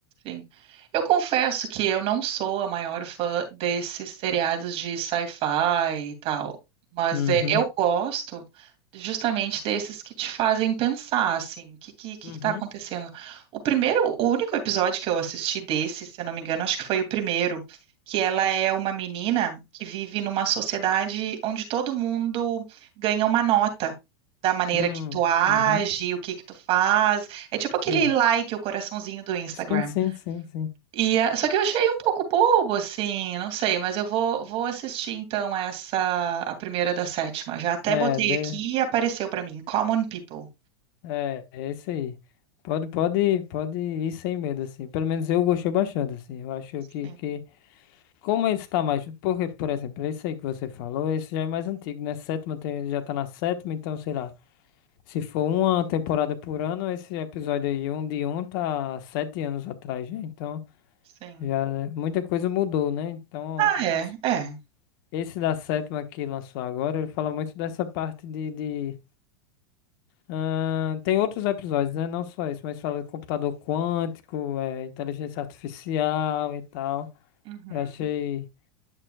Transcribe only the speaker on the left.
Uhum,
uhum,
hum,
uhum,
sim,
sim, sim, sim, sim.
É,
de,
é, é isso aí. Pode, pode, pode ir sem medo, assim. Pelo menos eu gostei bastante, assim. Eu acho
que, que... Como esse tá mais... Porque, por exemplo, esse aí que você falou, esse já é mais antigo, né? Sétima tem- já tá na sétima, então, sei lá. Se for uma temporada por ano, esse episódio aí, um de um, tá sete anos atrás, né? Então,
já muita coisa mudou, né? Então,
esse,
esse da sétima que lançou agora, ele fala muito dessa parte de, de, ah, tem outros episódios, né? Não só isso, mas fala de computador quântico, é, inteligência artificial e tal.
Eu achei,